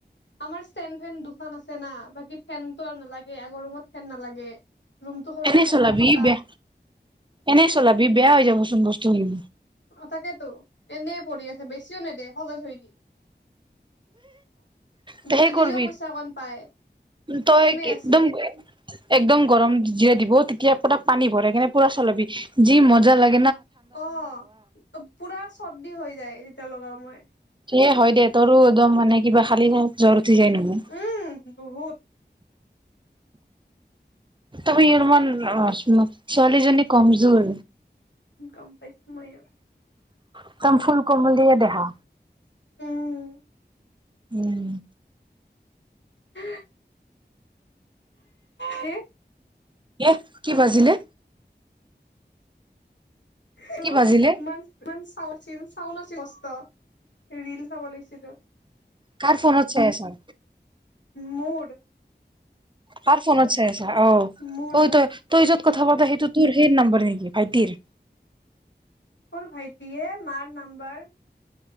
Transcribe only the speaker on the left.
আমাৰ ষ্টেণ্ড ফেন দুখন আছে না, বাকি ফেনতটো আৰু নালাগে আগৰ ৰুমত ফেন নালাগে। ৰুমটো সৰু
কাৰণে
পুৰা বতা
অ', তাকেতো এনেই পৰি আছে বেছিও নেদে স <unintelligible>
বেছি
দিলেও পইচা অকণ পায়,
এনে
আছে।
অ', পুৰা চৰ্দি হৈ যায় যেতিয়া লগাও। মই
উম, বহুত।
গম পাইছো ময়ো।
উম
উ হ
<unintelligible>
চা আছিল, চাউল আছিল বস্তাত, ৰীল চাব লৈছিলো।
মোৰ
মোৰ
মোৰ
ক'ৰ ভাইটি এ, মাৰ নাম্বাৰ।